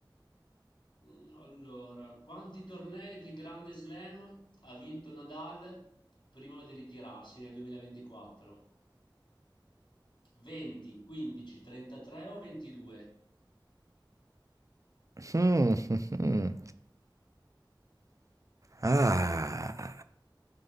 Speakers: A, on the left; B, on the right.
A: Mm, Allora, quanti tornei del Grande Slam ha vinto Nadal prima di ritirarsi nel 2024? 20, 15, 33 o 22?
B: Mm, mm, mm. Ah,